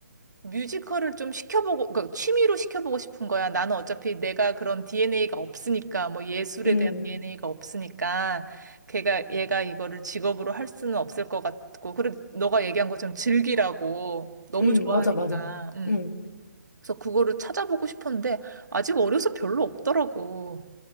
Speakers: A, on the right; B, on the left.
A: 뮤지컬을 좀 시켜보고, 그러니까 취미로 시켜보고 싶은 거야. 나는 어차피 내가 그런 DNA가 없으니까, 뭐 예술에
B: 음.
A: 대한 DNA가 없으니까, 걔가, 얘가 이거를 직업으로 할 수는 없을 것 같고, 그리고 너가 얘기한 것처럼 즐기라고 너무
B: 음,
A: 좋아하니까,
B: 맞아, 맞아.
A: 음.
B: 음,
A: 그래서 그거를 찾아보고 싶었는데, 아직 어려서 별로 없더라고.